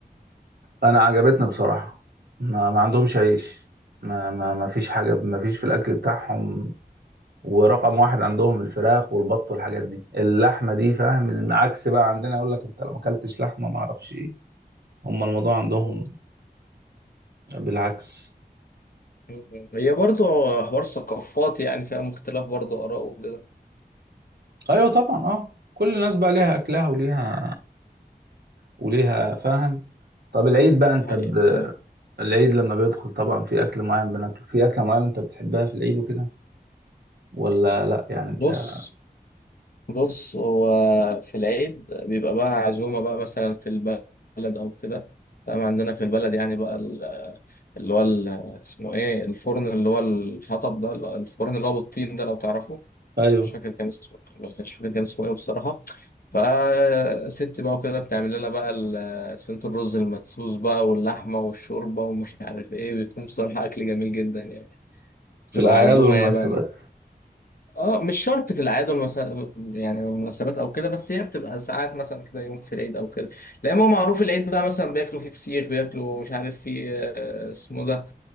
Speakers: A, on the right (about 75°); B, on the left (about 60°).
A: انا عجبتني بصراحه ما, ما عندهمش عيش ما, ما ما فيش حاجه ما فيش في الاكل بتاعهم ورقم واحد عندهم الفراخ والبط والحاجات دي اللحمه دي فاهم عكس بقى عندنا اقول لك انت لو ما اكلتش لحمه ما اعرفش ايه هم الموضوع عندهم
B: مم.
A: بالعكس
B: مم. هي برضو حوار ثقافات يعني فيها اختلاف برضو آراء وكده
A: ايوه طبعا اه كل الناس بقى ليها اكلها وليها وليها فاهم طب العيد بقى انت
B: الحقيقة
A: ب...
B: فاهم
A: العيد لما بيدخل طبعا في اكل معين بناكله في اكله معينه انت بتحبها في العيد وكده ولا لا يعني انت
B: بص
A: بص
B: بص هو في العيد بيبقى بقى عزومة بقى مثلا في البلد أو كده فاهم عندنا في البلد يعني بقى ال- اللي هو ال- اسمه إيه الفرن اللي هو الحطب ده الفرن اللي هو بالطين ده لو تعرفه
A: ايوه
B: مش فاكر كان اسمه مش فاكر كان اسمه ايه بصراحة فست بقى وكده بتعمل لنا بقى ال- صينية الرز المدسوس بقى واللحمة والشوربة ومش عارف ايه بيكون بصراحة أكل جميل جدا يعني بتبقى
A: في الأعياد
B: عزومة
A: والمناسبات
B: يعني بقى اه مش شرط في الأعياد والمسا... يعني والمناسبات أو كده بس هي بتبقى ساعات مثلا كده يوم في العيد أو كده لأن هو معروف العيد بقى مثلا بياكلوا فيه فسيخ بياكلوا مش عارف فيه آه، اسمه ده